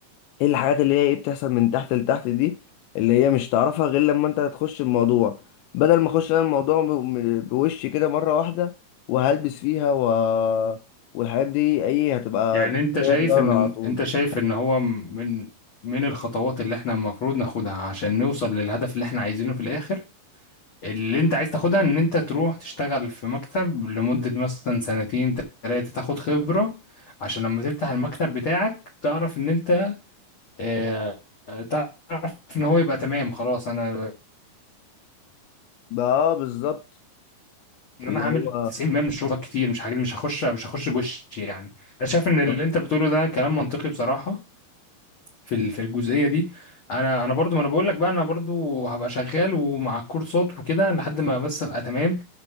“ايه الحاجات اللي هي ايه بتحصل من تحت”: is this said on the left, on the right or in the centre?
Left